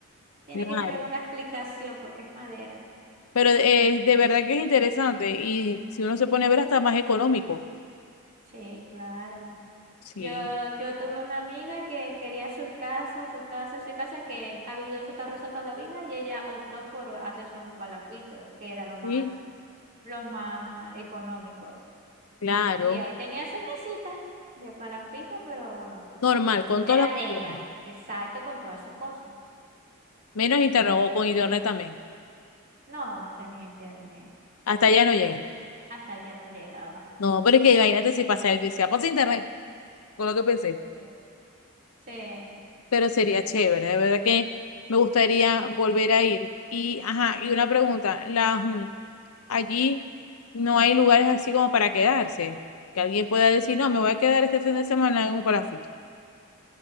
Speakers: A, on the right (about 45°); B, on the left (about 80°).
A: Tiene
B: claro.
A: que tener una explicación porque es madera.
B: Pero eh, de verdad que es interesante y si uno se pone a ver hasta más económico.
A: Sí, claro.
B: Sí,
A: Yo, yo tuve una amiga que quería su casa, su casa, su casa, que ha vivido en Santa Rosa toda la vida y ella optó por hacerse un palafito, que era lo más,
B: sí,
A: lo más ah, económico.
B: claro.
A: Y ahí tenía su casita de palafito, pero
B: Normal, con
A: era
B: todas las comodidades.
A: de ella, exacto, con todas sus cosas.
B: Menos internet o con internet también.
A: No, no tenía internet.
B: Hasta allá no llegan.
A: Hasta allá no llegaba.
B: No, pero es que imagínate si pasa, si sea, pasa internet,
A: <laughs>
B: con lo que pensé.
A: Eh, Sí,
B: Pero sería chévere, de verdad que me gustaría volver a ir. Y, ajá, y una pregunta, las, mm, allí no hay lugares así como para quedarse, que alguien pueda decir, no, me voy a quedar este fin de semana en un palafito,